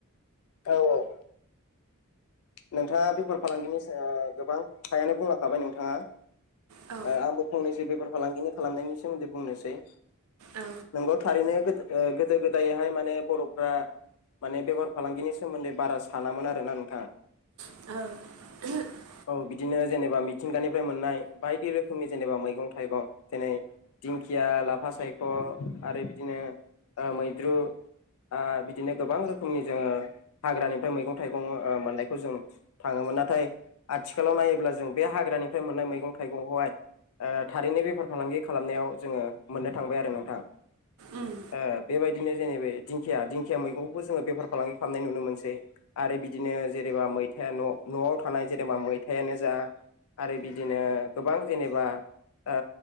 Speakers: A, on the left (about 75°); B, on the right (about 85°).
A: औ औ नोंथाङा बेफार फालांगिनि गोबां थायानो बुंलाखाबाय नोंथाङा।
B: औ
A: ओ आंबो फंनैसो बेफार फालांगिनि खालामनायनि सोमोन्दै बुंनोसै।
B: औ
A: नोंगौ थारैनो गोदो ओ गोदो गोदायहाय माने बर'फ्रा माने बेफार फालांगिनि सोमोन्दै बारा सानामोन आरोना नोंथां।
B: औ <unintelligible>
A: औ बिदिनो जेनेबा मिथिंगानिफ्राय मोननाय बायदि रोखोमनि जेनेबा मैगं थाइगं जेरै दिंखिया, लाफा सायख' आरो बिदिनो ओ मैद्रु ओ बिदिनो गोबां रोखोमनि जोङो हाग्रानिफ्राय मैगं थाइगं ओ मोननायखौ जों थाङोमोन नाथाय आथिखालाव नायोब्ला जों बे हाग्रानिफ्राय मोननाय मैगं थाइगंखौहाय - ओ थारैनो बेफार फालांगि खालामनायाव जोङो मोननो थांबाय आरो नोंथां।
B: उम
A: ओ बेबायदिनो जेने बै दिंखिया दिंखिया मैगंखौबो जोङो बेफार फालांगि खालामनाय नुनो मोनसै। आरो बिदिनो जेनेबा मैथाया न' न'आव थानाय जेनेबा मैथायानो जा आरो बिदिनो गोबां जेनेबा ओ